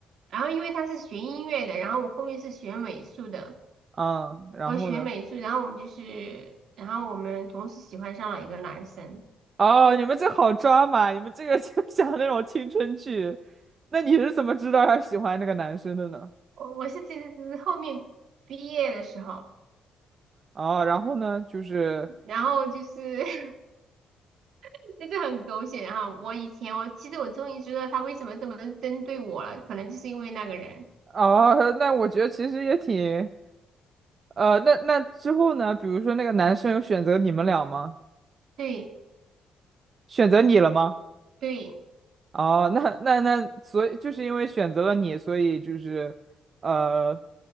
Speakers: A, on the right; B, on the right.
A: 然后因为他是学音乐的，然后我后面是学美术的，
B: 嗯，然后呢？
A: 我学美术，然后我们就是，然后我们同时喜欢上了一个男生，
B: 哦，你们这好抓嘛，你们这个就 <laughs> 像那种青春剧。那你是怎么知道他喜欢那个男生的呢？
A: 我我是其实只是后面毕业的时候，
B: 哦，然后呢，就是，
A: 然后就是 <laughs> 就是很狗血，然后我以前我其实我终于知道他为什么这么针对我了，可能就是因为那个人，
B: 哦，那我觉得其实也挺，呃，那那之后呢？比如说那个男生有选择你们俩吗？
A: 对
B: 选择你了吗？
A: 对
B: 哦，那那那，所以就是因为选择了你，所以就是，呃，